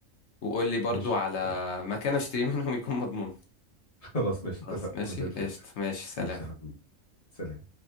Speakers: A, on the left; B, on the left.
A: وقول لي برضو
B: ماشي
A: على
B: <laughs>
A: مكان اشتري <laughs> منهم يكون مضمون
B: خلاص ماشي
A: خلاص
B: اتفقنا
A: ماشي
B: زي الفل
A: قشطة ماشي سلام
B: ماشي يا حبيبي سلام